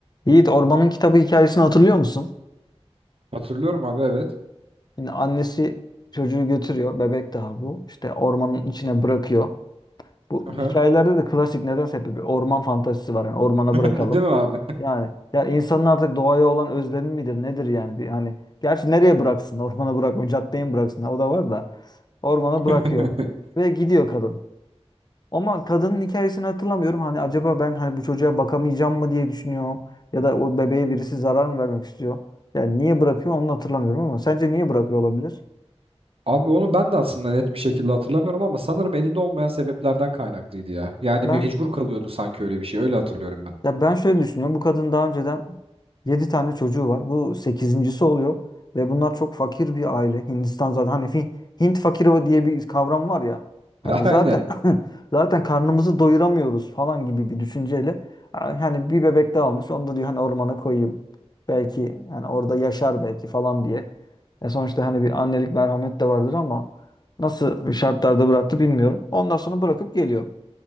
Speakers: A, on the left; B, on the right.
A: Yiğit Orman'ın kitabı hikayesini hatırlıyor musun?
B: Hatırlıyorum abi evet.
A: Yine annesi çocuğu götürüyor. Bebek daha bu. İşte ormanın içine bırakıyor. Bu
B: Aha.
A: hikayelerde de klasik nedense hep bir orman fantazisi var. Yani ormana
B: <laughs>
A: bırakalım.
B: Değil mi abi?
A: Yani ya insanın artık doğaya olan özlemi midir nedir yani? Bir, hani gerçi nereye bıraksın? <laughs> Ormana bırakmıyor. Caddeye mi bıraksın? O da var da. Ormana
B: <laughs>
A: bırakıyor. Ve gidiyor kadın. Ama kadının hikayesini hatırlamıyorum. Hani acaba ben hani bu çocuğa bakamayacağım mı diye düşünüyor. Ya da o bebeğe birisi zarar mı vermek istiyor. Yani niye bırakıyor onu da hatırlamıyorum ama sence niye bırakıyor olabilir?
B: Abi onu ben de aslında net bir şekilde hatırlamıyorum ama sanırım elinde olmayan sebeplerden kaynaklıydı ya. Yani
A: Ben
B: mecbur kalıyordu sanki öyle bir şey. Öyle hatırlıyorum ben.
A: Ya ben şöyle düşünüyorum. Bu kadın daha önceden 7 tane çocuğu var. Bu sekizincisi oluyor ve bunlar çok fakir bir aile. Hindistan zaten hani fi- Hint fakiri diye bir kavram var ya. Hani
B: <laughs> Aynen.
A: zaten <laughs> zaten karnımızı doyuramıyoruz falan gibi bir düşünceyle hani bir bebek daha almış. Onu da diyor hani ormana koyayım. Belki hani orada yaşar belki falan diye. E sonuçta hani bir annelik merhamet de vardır ama nasıl şartlarda bıraktı bilmiyorum. Ondan sonra bırakıp geliyor.